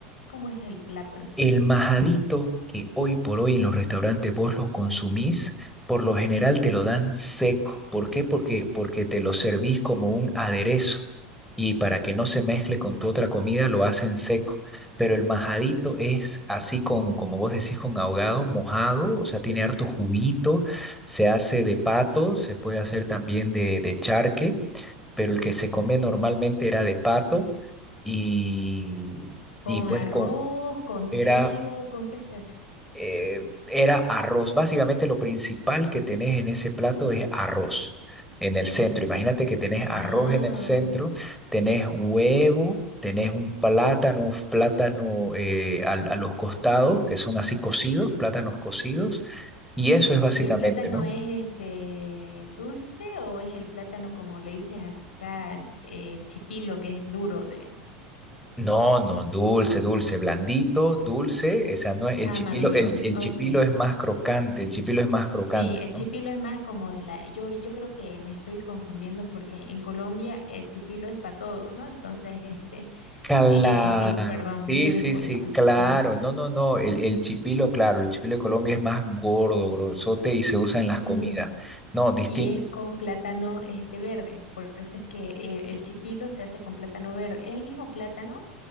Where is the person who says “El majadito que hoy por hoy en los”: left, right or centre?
Centre